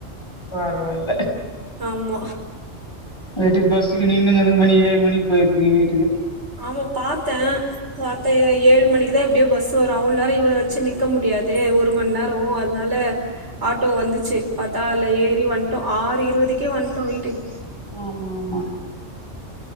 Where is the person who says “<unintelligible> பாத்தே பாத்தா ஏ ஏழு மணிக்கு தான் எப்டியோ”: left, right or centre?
Right